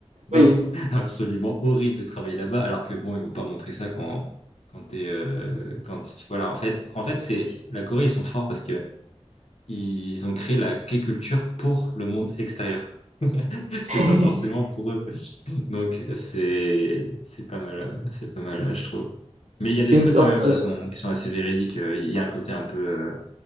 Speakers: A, on the left; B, on the right.
A: Donc,
B: oui.
A: absolument horrible de travailler là-bas. Alors que bon, ils vont pas montrer ça quand quand t'es euh, quand voilà. En fait, en fait, c'est la Corée, ils sont forts parce que ils ont créé la K-culture pour le monde extérieur. <laughs> c'est
B: <laughs>
A: pas forcément pour eux. Donc c'est c'est pas mal, euh, c'est pas mal, euh, je trouve. Mais il y a des
B: C'est une
A: trucs
B: sorte.
A: quand même qui
B: euh,
A: sont qui sont assez véridiques. euh, Il y a un côté un peu euh,